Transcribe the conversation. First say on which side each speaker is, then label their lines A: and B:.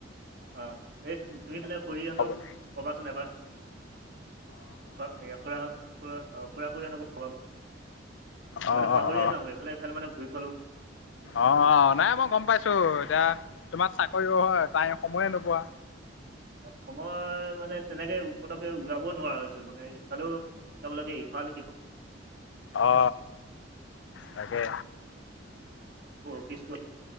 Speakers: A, on the right (about 55°); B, on the left (about 75°).
A: অ এই তুমি তেনে খুৰী হঁতক
B: হ'ব দে
A: কবাচোন এবাৰ অ খুড়া খুড়া অ খুড়া খুৰী হতকো কবা
B: অ'
A: মানে পাহৰিয়ে
B: অ' অ'
A: যাওঁ এইফালে সিফালে মানে ঘূৰি ফুৰা
B: অ অ নাই মই গম পাইছো চো এতিয়া তোমাৰ চাকৰি হয় তাই সময়ো নোপোৱা
A: সময় মানে তেনেকে পতকে ওলাবও নোৱাৰা হৈছো মানে ইফালেও যাব লাগে ইফালে সিফাল
B: অ তাকে
A: আকৌ অফিচো